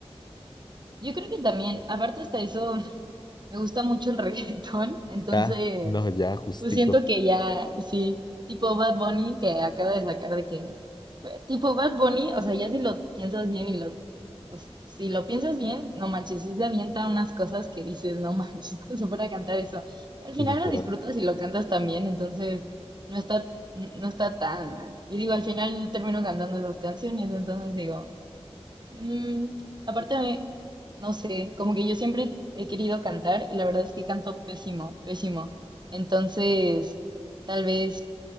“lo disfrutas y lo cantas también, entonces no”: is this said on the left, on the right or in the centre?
Right